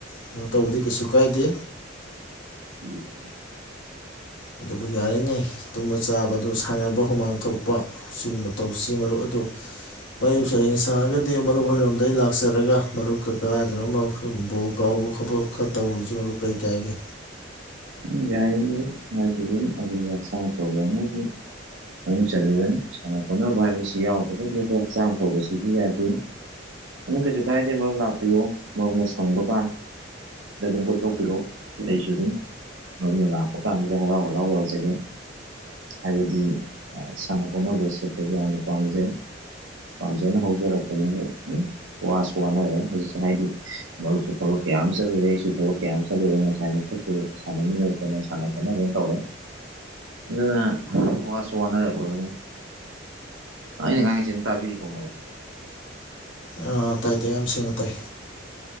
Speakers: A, on the left; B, on the right.
A: ꯀꯩꯅꯣ ꯇꯧꯕꯗꯤ ꯀꯩꯁꯨ ꯀꯥꯏꯗꯦ
B: <unintelligible>
A: ꯑꯗꯨꯕꯨ ꯌꯥꯔꯤꯉꯩ ꯇꯨꯝꯕ ꯆꯥꯕꯗꯨ ꯁꯥꯟꯅꯕ ꯍꯨꯃꯥꯡ ꯊꯣꯛꯄ ꯁꯤꯒꯨꯝꯕ ꯇꯧꯁꯤ ꯃꯔꯨꯞ ꯑꯗꯨ ꯃꯌꯨꯞꯁꯨ ꯍꯌꯦꯡ ꯁꯪꯉꯒꯗꯤ ꯃꯔꯨꯞ ꯍꯣꯏꯔꯣꯝꯗꯩ ꯂꯥꯛꯆꯔꯒ ꯃꯔꯨꯞꯀ ꯀꯗꯥꯏꯗꯅꯣꯝꯃ ꯁꯨꯝ ꯕꯣꯜ ꯀꯥꯎꯕ ꯈꯣꯠꯄ ꯈꯔ ꯇꯧꯔꯨꯖꯤ ꯃꯔꯨꯞ ꯀꯩ ꯀꯥꯏꯒꯦ
B: ꯎꯝ ꯌꯥꯏꯌꯦ ꯃꯔꯨꯞ <unintelligible> ꯍꯛꯆꯥꯡ ꯐꯕꯅꯗꯤ ꯃꯅꯨꯡ ꯆꯜꯂꯤꯕꯅꯤ ꯁꯥꯟꯅ ꯈꯣꯠꯅꯕ ꯍꯥꯏꯕꯁꯤ ꯌꯥꯎꯗ꯭ꯔꯒꯗꯤ ꯑꯈꯣꯏ ꯍꯛꯆꯥꯡ ꯐꯕꯁꯤꯁꯨ ꯌꯥꯗꯦ ꯑꯗꯨꯝ ꯀꯩꯁꯨ ꯀꯥꯏꯗꯦ ꯃꯔꯨꯞ ꯂꯥꯛꯄꯤꯌꯣ ꯃꯔꯨꯞꯅ ꯁꯪꯕ ꯀꯥꯟ ꯗ ꯑꯗꯨꯝ ꯀꯣꯏꯊꯣꯛꯄꯤꯔꯣ ꯑꯩꯖꯨ ꯑꯗꯨꯝ ꯃꯔꯨꯞꯅ ꯂꯥꯛꯄ ꯀꯥꯟꯗꯨꯗ ꯍꯔꯥꯎ ꯍꯔꯥꯎ ꯌꯥꯎꯖꯒꯦ ꯍꯥꯏꯕꯗꯤ ꯑ ꯁꯅꯥ ꯈꯣꯠꯅꯕ ꯆꯠꯄꯖꯤ ꯌꯥꯝꯅ ꯄꯥꯝꯖꯩ ꯄꯥꯝꯖꯅ ꯍꯧꯖꯔꯛꯄꯅꯤꯅ <unintelligible> ꯋꯥꯁꯨ ꯋꯥꯅꯔꯦ ꯍꯧꯖꯤꯛꯁꯦ ꯍꯥꯏꯗꯤ ꯃꯔꯨꯞꯁꯨ ꯊꯕꯛ ꯀꯌꯥꯃ ꯆꯠꯂꯨꯔꯦ ꯑꯩꯁꯨ ꯊꯕꯛ ꯀꯌꯥꯃ ꯆꯠꯂꯨꯔꯦ ꯉꯁꯥꯏ ꯃꯈꯩꯁꯨ ꯁꯥꯟꯅꯃꯤꯟꯅꯕ ꯀꯩꯅꯣ ꯁꯥꯟꯅ ꯈꯣꯠꯅꯕ ꯇꯧꯔꯦ ꯑꯗꯨꯅ ꯋꯥꯁꯨ ꯋꯥꯅꯔꯛꯂꯕꯅꯤ ꯑ ꯑꯩꯅ ꯉꯥꯡꯉꯤꯁꯦ ꯑꯗꯨꯝ ꯇꯥꯕꯤꯔꯤꯀꯣ ꯕ꯭ꯔꯣ
A: ꯑꯥ ꯇꯥꯏ ꯇꯥꯏ ꯌꯥꯝ ꯁꯦꯡꯅ ꯇꯥꯏ